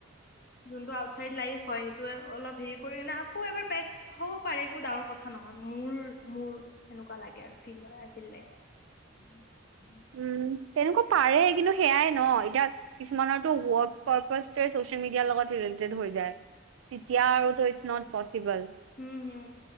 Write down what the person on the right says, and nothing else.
উম তেনেকুৱা পাৰে কিন্তু সেয়াই ন এতিয়া কিছুমানৰো ৱৰ্ক পাৰে চচিয়েল মিডিয়াৰ লগত ৰিলেটেড হৈ যায়। তেতিয়া আৰু ধৰিচ ন পচিবল